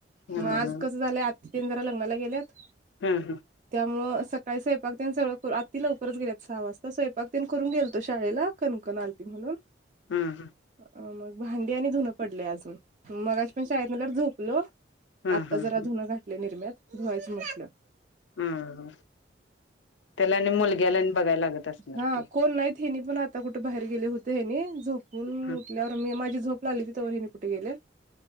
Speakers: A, on the left; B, on the right.
A: हम्म
B: मग आज कसं झालंय आ तीन जरा लग्नाला गेल्यात
A: हम्म हम्म
B: त्या सकाळी स्वयंपाक तेन सगळ आाती लवकरच गेलेत सहा वाजता स्वयंपाक ते करून गेल तो शाळेला कणकण आलती म्हणून
A: हम्म हम्म
B: अ मग भांडी आणि धुनं पडले अजून मगाशी पण शाळेत म तर झोपलो
A: हम्म
B: आत्ता
A: हम्म
B: जरा धुनं घातलय निर्म्यात धुवायचं म्हटलं
A: हम त्याला आणि मुलग्याला बघायला लागत असणार
B: हा
A: की
B: कोण नाहीत हेनी पण आता कुठे बाहेर गेले होते हेनी झोपून
A: हम्म
B: उठल्यावर मी माझी झोप लागली तिथ व हि कुठे गेले